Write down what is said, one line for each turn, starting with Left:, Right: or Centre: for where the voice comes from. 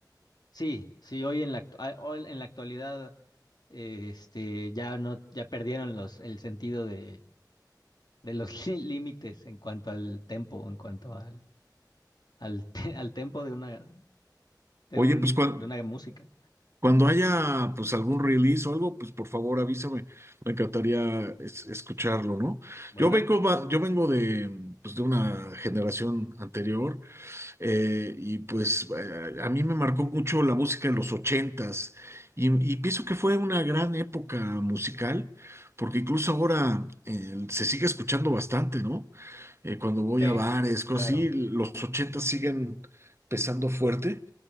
Left: Sí, sí, hoy en la, actu- ah, hoy en la actualidad eh, este, ya no, ya perdieron los, el sentido de, de los <laughs> lí- límites en cuanto al tempo, en cuanto al, al, te- al tempo de una, de
Right: Oye,
Left: un,
Right: pues cuando,
Left: de una música.
Right: cuando haya pues algún release o algo, pues por favor avísame. Me encantaría es- escucharlo, ¿no?
Left: Bueno,
Right: Yo vengo, va- yo vengo de, pues, de una generación anterior Eh, y pues eh, a mí me marcó mucho la música de los ochentas y, y pienso que fue una gran época musical, porque incluso ahora eh, se sigue escuchando bastante, ¿no? Eh, cuando voy
Left: sí,
Right: a bares, cosas
Left: claro.
Right: así, los ochentas siguen pesando fuerte.